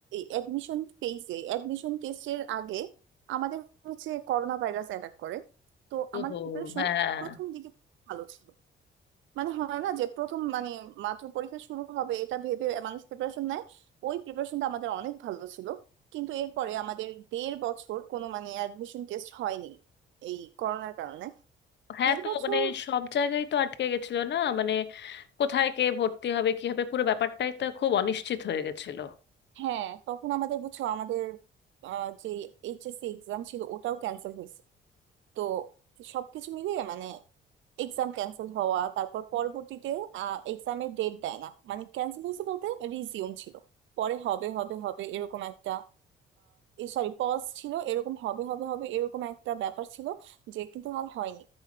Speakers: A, on the right (about 75°); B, on the left (about 60°).
A: অ্যাডমিশন পেইজে অ্যাডমিশন টেস্টের আগে আমাদের হচ্ছে করোনা ভাইরাস অ্যাটাক করে তো
B: ওহো
A: আমার প্রিপারেশন
B: হ্যাঁ
A: প্রথম দিকে ভালো ছিল মানে হয় না যে প্রথম মানে মাত্র পরীক্ষা শুরু হবে এটা ভেবে মানুষ প্রিপারেশন নেয় ওই প্রিপারেশনটা আমাদের অনেক ভালো ছিল কিন্তু এরপরে আমাদের দেড় বছর কোনো মানে অ্যাডমিশন টেস্ট হয়নি এই করোনার কারণে
B: হ্যাঁ
A: দেড়
B: তো
A: বছর
B: মানে সব জায়গায় তো আটকে গেছিল না মানে কোথায় কে ভর্তি হবে কি হবে পুরো ব্যাপারটাই তো খুব অনিশ্চিত হয়ে গেছিল
A: হ্যাঁ তখন আমাদের বুঝছো আমাদের আহ, যে এইচএসসি এক্সাম ছিল ওটাও ক্যান্সেল হয়েছে তো সবকিছু মিলিয়ে মানে এক্সাম ক্যান্সেল হওয়া তারপর পরবর্তীতে এক্সামের ডেট দেয় না মানে ক্যান্সেল হয়েছে বলতে রিজিউম ছিল পরে হবে হবে হবে এরকম একটা সরি পজ ছিল এরকম হবে হবে হবে এরকম একটা ব্যাপার ছিল যে কিন্তু আর হয়নি